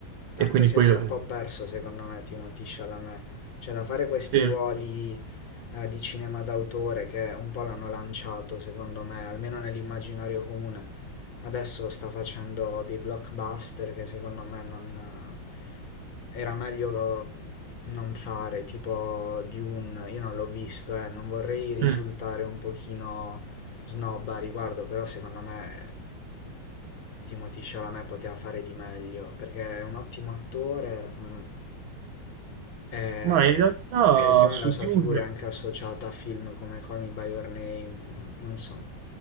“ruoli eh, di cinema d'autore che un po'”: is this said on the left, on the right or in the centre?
Left